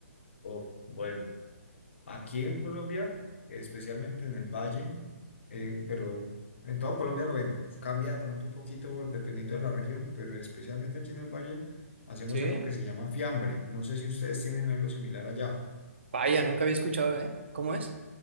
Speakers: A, on the left; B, on the right.
A: Oh, bueno. Aquí en Colombia, especialmente en el Valle, eh, pero en todo Colombia lo venden. Cambia de pronto un poquito por- dependiendo de la región, pero especialmente aquí en el Valle hacemos
B: Sí.
A: algo que se llama fiambre. No sé si ustedes tienen algo similar allá.
B: Vaya, nunca había escuchado, ¿eh? ¿Cómo es?